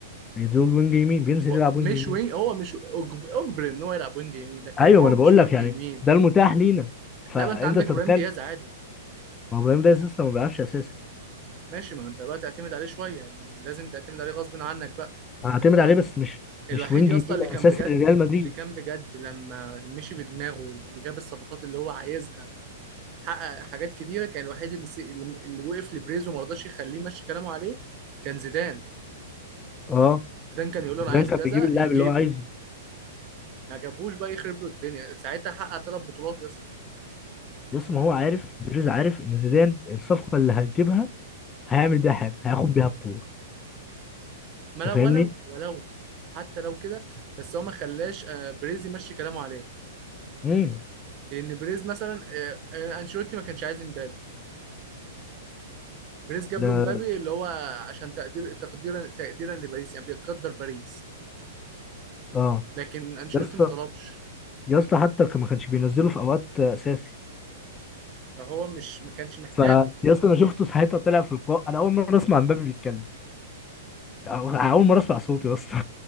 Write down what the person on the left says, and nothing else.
يعني دول وينج يمين بينزل
يلعب
وينج يمين
ايوه
ما انا
بقول
لك يعني
ده المتاح لينا فانت
تتخيل
ما هو ابراهيم ده لسه ما بيلعبش اساسي
هعتمد
عليه بس مش
مش وينج
يمين
اساسي
لريال مدريد
اه
زيدان
كان
بيجيب اللاعب
اللي هو عايزه
يس ما هو عارف بيريز عارف ان زيدان الصفقه اللي هتجيبها هيعمل بيها حاجه هياخد بيها بطوله انت
فاهمني؟
امم
ده
اه
يس
يس حتى كان- ما كانش بينزله في اوقات اساسي
ف يا اسطى انا شفته ساعتها طلع في اللقاء انا اول مره اسمع مبابي بيتكلم أو- اول مره اسمع صوته يا اسطى